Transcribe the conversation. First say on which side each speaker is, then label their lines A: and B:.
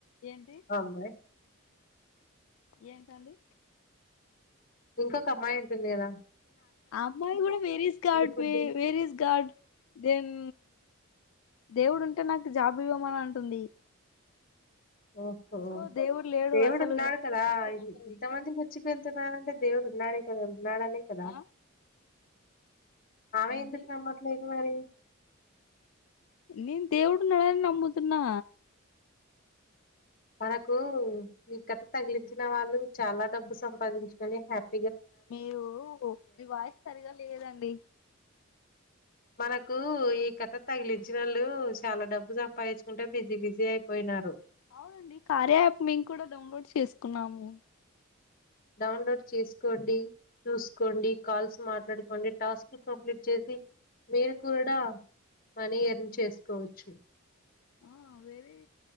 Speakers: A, on the left; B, on the left.
A: ఏంది
B: ఆ అమ్మాయి
A: ఏంటండీ
B: ఇంకొక అమ్మాయి ఉంటుందికదా
A: ఆ అమ్మాయి కూడా where is God
B: food
A: where is God then దేవుడు ఉంటే నాకు జాబు ఇవ్వమని అంటుంది
B: ఓహో
A: సో దేవుడు లేడు
B: దేవుడు
A: అసలు
B: ఉన్నాడు
A: ఎందుకంటది
B: కదా ఇంత మంది చచ్చిపోతున్నా దేవుడు ఉన్నాడే కదా ఉన్నాడనే కదా
A: ఆ
B: ఆమె
A: ఏంటి
B: ఎందుకు నమ్మట్లేదు మరి
A: నేను దేవుడు ఉన్నాడని నమ్ముతున్నా
B: మనకు ఈ కథ తగిలించిన వాళ్ళు చాలా డబ్బు సంపాదించుకుని హ్యాపీ
A: మీరు మీ వాయిస్ సరిగా లేదండి
B: మనకు ఈ కథ తగిలించిన వాళ్ళు చాలా డబ్బు సంపాదించుకుంటే బిజీ బిజీ అయిపోయినారు
A: అవునండి కార్య యాప్ మేము కూడా డౌన్లోడ్ చేసుకున్నాము
B: డౌన్లోడ్ చేసుకోండి చూసుకోండి కాల్స్ మాట్లాడుకోండి టాస్క్ కంప్లీట్ చేసి మీరు కూడా మనీయర్న్ చేసుకోవచ్చు
A: ఆ వెరీ